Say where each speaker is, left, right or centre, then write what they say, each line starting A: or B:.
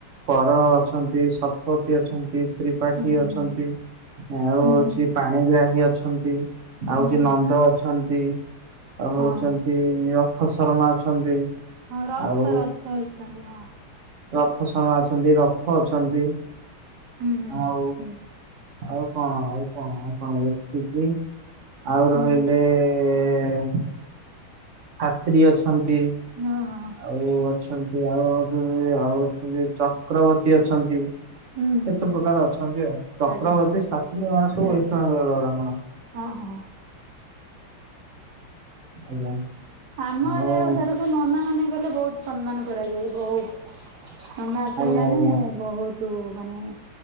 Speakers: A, on the right (about 40°); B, on the right (about 65°).
A: କର ଅଛନ୍ତି ଶତପଥୀ ଅଛନ୍ତି ତ୍ରିପାଠୀ
B: ହୁଁ ହୁଁ
A: ଅଛନ୍ତି ଆଉ
B: ହୁଁ
A: ହଉଛି ପାଣିଗ୍ରାହୀ ଅଛନ୍ତି ଆଉ
B: ହୁଁ
A: ହଉଛି ନନ୍ଦ ଅଛନ୍ତି ଆଉ ହଉଛନ୍ତି
B: ହଁ
A: ରଥ ଶର୍ମା ଅଛନ୍ତି
B: ହଁ ରଥ
A: ଆଉ
B: ରଥ ଅଛନ୍ତି ହଁ
A: ରଥ ସମୟ ଅଛନ୍ତି ରଥ ଅଛନ୍ତି
B: ହୁଁ ହୁଁ
A: ଆଉ
B: ହୁଁ
A: ଆଉ କଣ ଆଉ କଣ ଆଉ କଣ ଏତିକି ଆଉ
B: ହୁଁ
A: ରହିଲେ ଏ ଶାସ୍ତ୍ରୀ ଅଛନ୍ତି
B: ହଁ ହଁ
A: ଆଉ ଅଛନ୍ତି ଆଉ ଆଉ ଅଛନ୍ତି ଚକ୍ରବର୍ତ୍ତୀ ଅଛନ୍ତି
B: ହୁଁ ହୁଁ
A: କେତେ ପ୍ରକାର ଅଛନ୍ତି ଆ ଚକ୍ରବର୍ତ୍ତୀ
B: ଆଜ୍ଞା
A: ଶାସ୍ତ୍ରୀ ଏମାନେ ସବୁ
B: ଆଜ୍ଞା
A: ଏକା ବ୍ରହ୍ମଣ
B: ହଁ ହଁ
A: ଆଜ୍ଞା
B: ଆମର
A: ଆଉ
B: ସିଆଡ଼େ କଣ ନନା ମାନେ ଗଲେ ବହୁତ ସମ୍ମାନ କରାଯାଏ ବହୁତ ନନା ଆସିଲେ
A: ଆଜ୍ଞା
B: ମାନେ
A: ଆଜ୍ଞା
B: ବହୁତ ମାନେ